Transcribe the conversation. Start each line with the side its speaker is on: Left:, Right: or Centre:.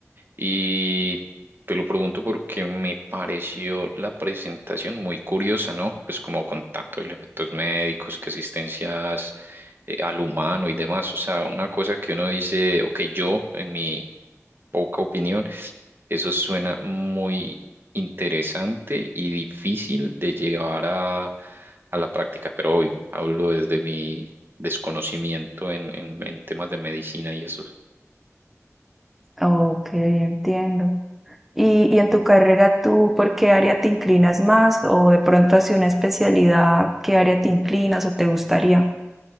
Right: y te lo pregunto porque me pareció la presentación muy curiosa, ¿no? Pues como con tantos elementos médicos, que asistencias eh, al humano y demás, o sea, una cosa que uno dice, ok, yo en mi poca opinión. Eso suena muy interesante y difícil de llevar a, a la práctica, pero obvio, hablo desde mi desconocimiento en, en, en temas de medicina y eso.
Centre: Ok, entiendo. Y, y en tu carrera, ¿tú por qué área te inclinas más? O de pronto hacia una especialidad, ¿qué área te inclinas o te gustaría?